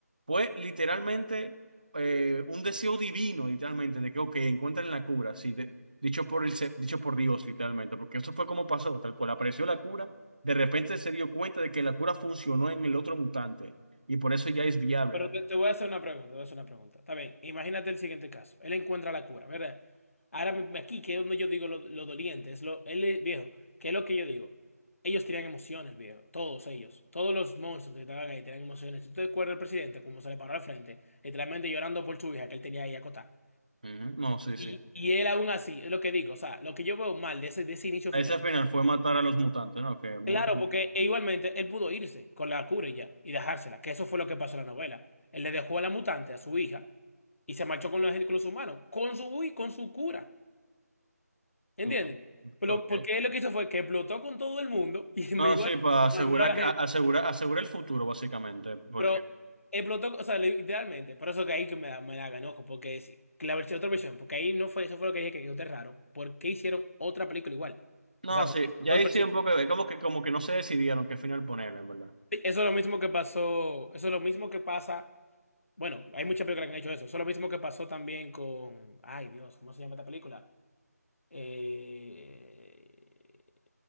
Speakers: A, on the right; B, on the left.
A: fue literalmente eh, un deseo divino, literalmente, de que, ok, encuentren la cura, sí, de- dicho por el, se- dicho por Dios, literalmente, porque eso fue como pasó, tal cual, apareció la cura, de repente se dio cuenta de que la cura funcionó en el otro mutante, y por eso ya es viable.
B: Pero
A: la-
B: te, te voy a hacer una pregunta, te voy a hacer una pregunta. Está bien, imagínate el siguiente caso. Él encuentra la cura, ¿verdad? Ahora me- aquí, que es donde yo digo lo, lo doliente, es lo, él es viejo, que es lo que yo digo. Ellos tenían emociones, viejo, todos ellos, todos los monstruos que estaban ahí tenían emociones. Si tú te acuerdas del presidente, como se le paró al frente, literalmente llorando por su hija que él tenía ahí acotada.
A: Ujú, No, sí, sí.
B: Y, y él aún así, es lo que digo, o sea, lo que yo veo mal de ese, de ese inicio
A: Ese
B: final.
A: final fue matar a los mutantes, ¿no? Que muy...
B: Claro, porque e igualmente él pudo irse con la cura y ya y dejársela, que eso fue lo que pasó en la novela. Él le dejó a la mutante, a su hija, y se marchó con los, con los humanos, con su, y con su cura. ¿Entiendes?
A: ujú,
B: Pero,
A: Ok.
B: porque él lo que hizo fue que explotó con todo el mundo <laughs> y
A: No,
B: igual
A: sí, para asegurar,
B: mandó a la
A: que-
B: gente.
A: a- asegurar, asegurar el futuro, básicamente, porque...
B: Pero explotó, o sea, literalmente. Por eso que ahí que me da, me da enojo, porque es la versión, otra versión, porque ahí no fue, eso fue lo que dije que quedó raro. ¿Por qué hicieron otra película igual?
A: No,
B: O sea,
A: sí,
B: ¿por qué hicieron
A: ya
B: dos
A: ahí
B: versiones?
A: sí un poco, es como que, como que no se decidieron qué final ponerle, en verdad.
B: Sí, Eso es lo mismo que pasó, eso es lo mismo que pasa. Bueno, hay muchas películas que han hecho eso. Eso es lo mismo que pasó también con. Ay, Dios, ¿cómo se llama esta película? Eh,